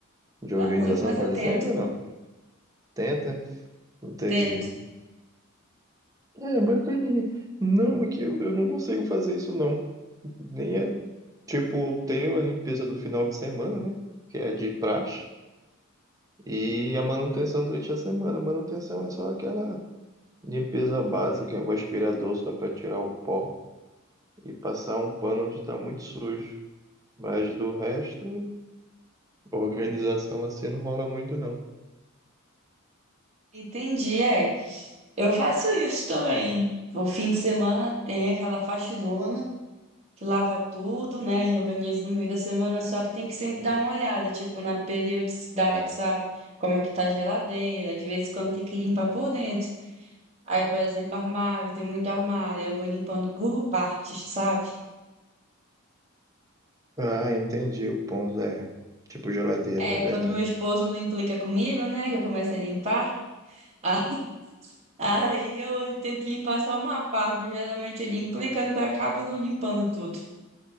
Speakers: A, on the right; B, on the right.
A: de
B: Dá
A: organização
B: muito, mas
A: quase
B: eu tento,
A: sempre ou não? Tenta? Entendi.
B: tento.
A: É, bacaninha. Não, é que eu, eu não consigo fazer isso, não. Nem é. Tipo, tenho a limpeza do final de semana, né? Que é de praxe. E a manutenção durante a semana. A manutenção é só aquela limpeza básica, o aspirador só para tirar o pó e passar um pano onde está muito sujo. Mas do resto, organização assim não rola muito não.
B: Entendi, é. Eu faço isso também. O fim de semana tem aquela faxinona que lava tudo, né? E organiza no meio da semana, só que tem que sempre dar uma olhada, tipo, na periodicidade, sabe? Como é que tá a geladeira, de vez em quando tem que limpar por dentro. Aí, por exemplo, armário, tem muito armário, eu vou limpando por partes, sabe?
A: Ah, entendi. O ponto é tipo geladeira,
B: É,
A: é verdade.
B: quando meu esposo não implica comigo, né, que eu começo a limpar, <laughs> aí aí eu tento limpar só uma parte, mas geralmente ele implica, eu acabo não limpando tudo.